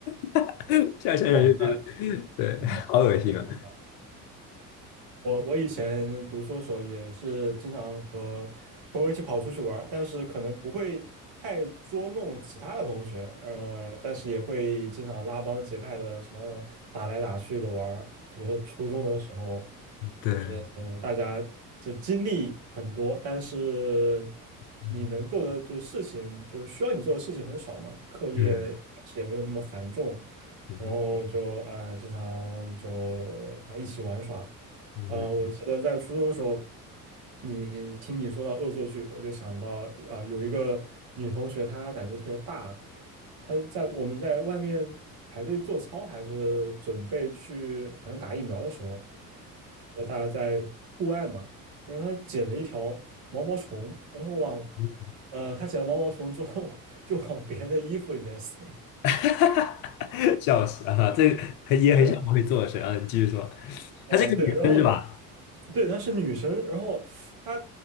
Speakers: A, on the left; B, on the right.
A: <laughs> 现在想想就觉得对，
B: 哦，那嗯，
A: 好恶心啊，
B: 那挺搞笑的。我我以前读书的时候也是经常和朋友一起跑出去玩儿但是可能不会太捉弄其他的同学，呃，但是也会经常拉帮结派的什么打来打去的玩儿特别是初中的时候，
A: 对，
B: 就是嗯、呃大家这经历很多，但是
A: 嗯
B: 你能做的就是事情，就是需要你做的事情很少嘛，课业一开始也没有那么繁重，
A: 嗯嗯
B: 然后就呃经常就反正一起玩耍，
A: 嗯
B: 呃，我记得在初中的时候，你你听你说到恶作剧，我就想到啊、呃有一个女同学她胆子特别大。他在我们在外面排队做操，还是准备去可能打疫苗的时候，我大家在户外嘛，然后他捡了一条毛毛虫，然后往，
A: 嗯，
B: 呃，他捡了毛毛虫之后 <laughs> 就往别人的衣服里面塞，
A: <laughs> 笑死啊，这个也很像我会做的事啊，
B: 对，
A: 你继续说，
B: 啊、
A: 她是一个女生是吧？
B: 对，然后对，她是女生，然后她